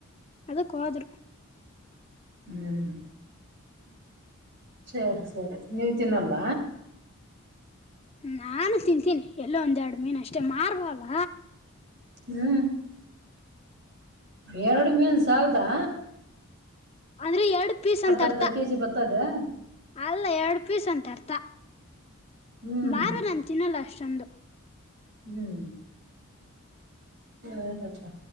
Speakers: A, on the left (about 25°); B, on the right (about 50°).
A: ಅದ ಕಾದರು
B: ಹ್ಮ್ ಸರಿ ಸರಿ ನೀವ ತಿನ್ನಲ್ಲ
A: ನಾನು ತಿಂತೀನಿ ಎಲ್ಲೋ ಒಂದ್ೆರಡು ಮೀನ್ ಅಷ್ಟೇ ಮಾರ್ವಲ್ಲ
B: ಹ್ಮ್ ಎರಡು ಮೀನ್ ಸಾಲದಾ
A: ಅಂದ್ರೆ ಎರಡ್ ಪೀಸ್ ಅಂತ
B: ಅರ್ಧ
A: ಅರ್ತ
B: ಕೆಜಿ ಬರ್ತದೆ
A: ಅಲ್ಲ ಎರಡ್ ಪೀಸ್ ಅಂತ ಅರ್ಥ
B: ಹ್ಮ್
A: ಬಾರೋ ತಿನ್ನಲ್ಲ ಚಂದು
B: ಹ್ಮ್ ಸದಪ್ಪ